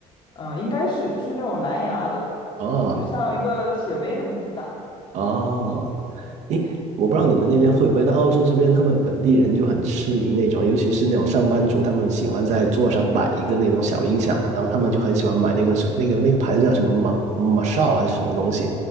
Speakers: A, on the left; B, on the right.
A: 嗯，应该是就是那种蓝牙的，
B: 哦
A: 就是像一个水杯那么大，
B: 哦，诶，我不知道你们那边会不会，那澳洲这边他们本地人就很痴迷那种，尤其是那种上班族，他们喜欢在桌上摆一个那种小音响嘛，然后他们就很喜欢买那个什么那个那个牌子叫什么马马少还是什么东西，